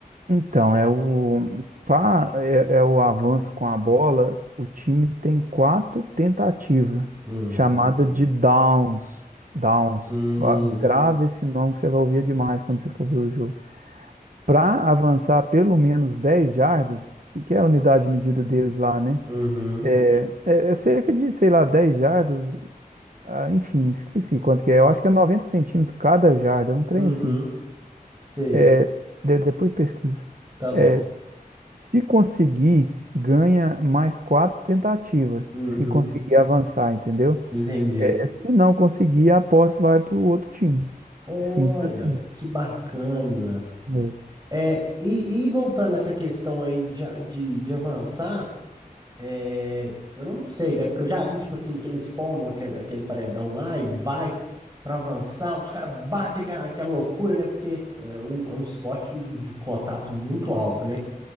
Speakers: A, on the right (about 65°); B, on the right (about 25°).
A: Então, é o, pá, é, é o avanço com a bola. O time tem quatro tentativas,
B: Uhum.
A: chamada de downs. Downs.
B: Hum,
A: Gra- Grave esse nome que você vai ouvir demais quando você for ver o jogo. Para avançar pelo menos dez jardas, que que é a unidade de medida deles lá, né?
B: uhum.
A: É, é, é cerca de, sei lá, dez jardas. ah, enfim, esqueci quanto que é. Eu acho que é 90 centímetros cada jarda, é um trem
B: Uhum.
A: assim.
B: Sei.
A: É, de- depois pesquisa.
B: Tá bom.
A: É, Se conseguir, ganha mais quatro tentativas.
B: Uhum.
A: Se conseguir avançar, entendeu?
B: Entendi.
A: É, se não conseguir, a posse vai para o outro time.
B: Olha,
A: É Simples assim.
B: que bacana.
A: É.
B: É, e, e voltando a essa questão aí de, a- de, de avançar. É, eu não sei, né? Porque eu já vi, tipo assim, que eles formam aquele, aquele paredão lá e vai pra avançar, os caras batem aquela, aquela loucura, né? Porque é um, é um esporte de contato muito alto, né?